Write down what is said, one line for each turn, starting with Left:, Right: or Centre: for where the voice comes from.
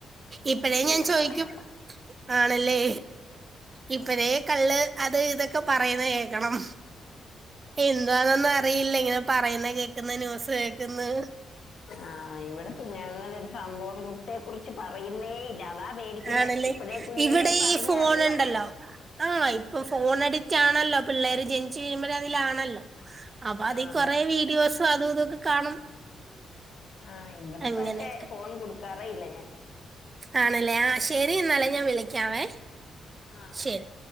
Right: ഇപ്പഴേ ഞാൻ
Left: ഒരു
Right: ചോയിക്കും
Left: മോനാ ഉള്ളെ
Right: ആണല്ലേ ഇപ്പഴേ കള്ള് അത് ഇതൊക്കെ പറയുന്നകേക്കണം എന്താന്നൊന്നർ അറിയില്ല ഇങ്ങനെ പറയുന്ന കേക്ക്‌ന്ന് ന്യൂസ്കേക്ന്ന്
Left: ആഹ് ഇവിടെ പിന്നങ്ങനൊരു സംഭവത്തെ കുറിച്ച് പറയുന്നേ ഇല്ല അതാ പേടിക്കണ്ടേ
Right: ആണല്ലേ
Left: ഇപ്പഴേ കുഞ്ഞിലെ
Right: ഇവിടെ
Left: പറഞ്ഞ്
Right: ഈ ഫോണുണ്ടല്ലോ
Left: അറിയുവാണേ
Right: ആ ഇപ്പൊ ഫോണടി റ്റാണല്ലോ പിള്ളേര് ജനിച്ചു വീഴുമ്പയേ അതിലാണല്ലോ അപ്പൊ അത്
Left: ആ അതെ
Right: കൊറേവീഡിയോസ് സ അതുതൊക്കെ കാണും
Left: ആഹ് ഇവടെ
Right: അങ്ങനെയൊക്കെ
Left: പക്ഷെ ഫോൺ കൊടുക്കാറേ ഇല്ല ഞാൻ
Right: ആണല്ലേ ആ ശരി എന്നാല് ഞാൻ വിളിക്കാവേ
Left: ആഹ്
Right: ശരി